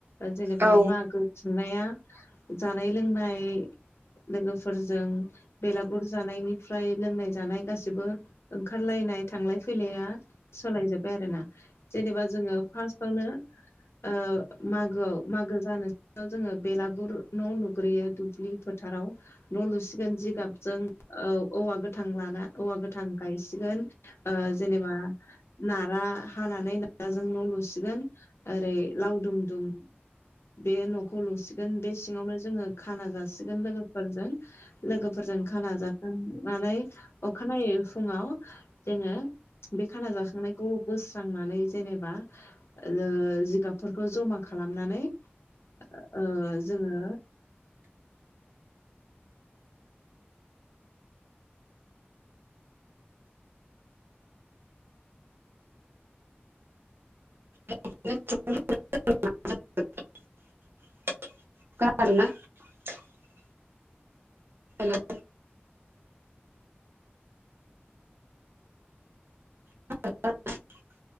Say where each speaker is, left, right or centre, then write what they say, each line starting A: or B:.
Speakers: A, on the left; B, on the right.
A: जेनेबा
B: औ
A: मागो खुंनाया जानाय लोंनाय लोगोफोरजों बेलागुर जानायनिफ्राय लोंनाय जानाय गासिबो ओं ओंखारलायनाय थांलाय फैलाया सोलाय जोबबाय आरोना। जेनेबा जोङो फार्स्टआवनो ओ मागोआव मागो जानोसैआव जोङो बेलागुर न' लुग्रोयो दुब्लि फोथाराव। न' लुसिगोन जिगाबजों औ औवा गोथां लाना औवा गोथां गाय सिगोन ओ जेनेबा नारा हानानै नाराजों न' लुसिगोन। ओरै लावदुम दुम बे न'खौ लुसिगोन बे सिङावनो जोङो खाना जासिगोन लोगोफोरजों। लोगोफोरजों खाना जा खांनानै अखानायै फुङाव जोङो बे खाना जाखांनायखौ बोस्रांनानै जेनेबा ओ जिगाबफोरखौ जमा खालामनानै ओ जोङो
B: <unintelligible> हेलौ। <unintelligible>